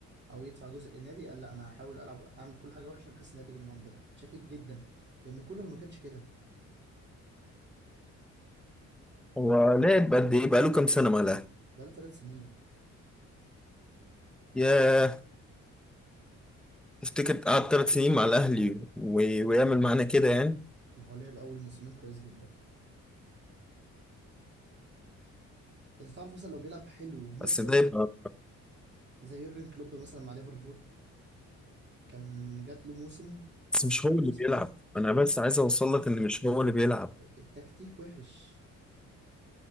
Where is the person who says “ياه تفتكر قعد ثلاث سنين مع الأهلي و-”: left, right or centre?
Centre